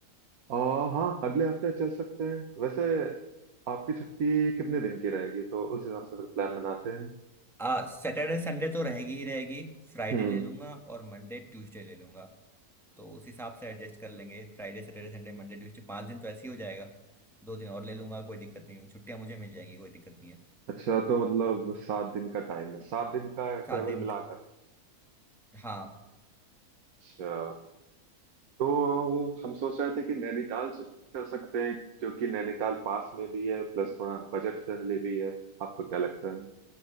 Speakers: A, on the right (about 70°); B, in the centre.
A: और हाँ अगले हफ्ते चल सकते हैं वैसे आपकी छुट्टी कितने दिन की रहेगी तो उस हिसाब से फिर प्लान बनाते हैं
B: आ सैटरडे संडे तो रहेगी ही रहेगी फ्राइडे
A: हम्म
B: ले लूंगा और मंडे ट्यूसडे ले लूंगा तो उस हिसाब से एडजस्ट कर लेंगे Friday Saturday Sunday Monday Tuesday पाँच दिन तो ऐसे ही हो जाएगा दो दिन और ले लूंगा कोई दिक्कत नहीं है, छुट्टियां मुझे मिल जाएंगी कोई दिक्कत नहीं है
A: अच्छा तो मतलब सात दिन का टाइम है सात दिन का
B: सात
A: ट्रेवल
B: दिन
A: मिलाकर
B: हाँ
A: अच्छा तो हम सोच रहे थे कि नैनीताल से चल सकते हैं क्योंकि नैनीताल पास में भी है प्लस थोड़ा बजट फ्रेंडली भी है आपको क्या लगता है